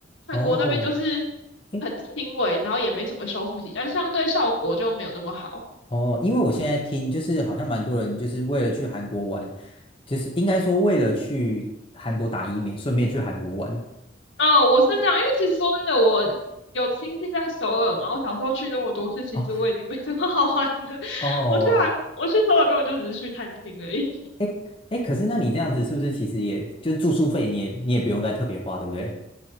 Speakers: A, on the left; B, on the left.
A: 韩国那边就是
B: 哦，诶
A: 很轻微，然后也没什么修复期，但是相对效果就没有那么好。
B: 哦，因为我现在听就是好像蛮多人就是为了去韩国玩，就是应该说为了去韩国打医美，顺便去韩国玩。
A: 哦，我是这样，因为其实说真的，我有亲戚在首尔嘛，我小时候去那么多次，其实我已经没什么好玩的。
B: 哦。
A: <laughs>
B: 哦，
A: 我去韩，我去首尔根本就只是去探亲而已。
B: 哎哎，可是那你这样子是不是其实也就住宿费你也你也不用再特别花，对不对？